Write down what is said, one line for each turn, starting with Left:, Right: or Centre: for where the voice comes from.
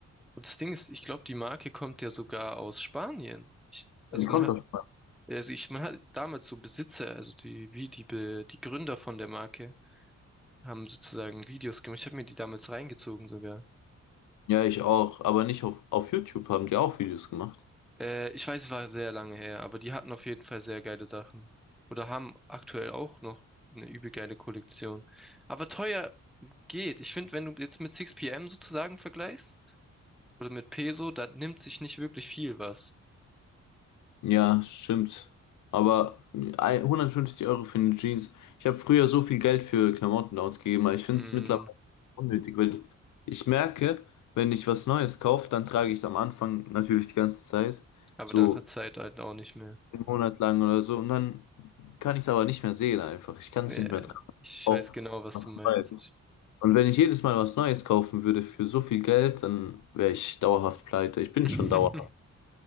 Centre: und das Ding ist, ich glaube, die Marke kommt ja sogar aus Spanien. Ich, also
Left: Ja, Die kommt
Centre: man hat,
Left: auf.
Centre: also ich, man hat damals so Besitzer, also die, wie die, Be- die Gründer von der Marke. haben sozusagen Videos gemacht. Ich habe mir die damals reingezogen sogar.
Left: Ja, ich auch. Aber nicht auf, auf YouTube haben die auch Videos gemacht.
Centre: Äh, ich weiß, es war sehr lange her, aber die hatten auf jeden Fall sehr geile Sachen. Oder haben aktuell auch noch eine übel geile Kollektion. Aber teuer geht. Ich finde, wenn du jetzt mit 6pm sozusagen vergleichst, oder mit Peso, da nimmt sich nicht wirklich viel was.
Left: Ja, stimmt. Aber ein- 150 Euro für eine Jeans. Ich habe früher so viel Geld für Klamotten ausgegeben, aber ich finde
Centre: Mm,
Left: es mittlerweile unnötig, weil ich merke, wenn ich was Neues kaufe, dann trage ich es am Anfang natürlich die ganze Zeit,
Centre: aber
Left: so
Centre: dann hat Zeit halt auch nicht mehr.
Left: einen Monat lang oder so, und dann kann ich es aber nicht mehr sehen einfach. Ich kann
Centre: Äh,
Left: es nicht mehr tragen.
Centre: ich
Left: Auch
Centre: weiß genau, was
Left: was
Centre: du meinst.
Left: Neues. Und wenn ich jedes Mal was Neues kaufen würde für so viel Geld, dann wäre ich dauerhaft pleite. Ich bin
Centre: <laughs>
Left: schon dauerhaft.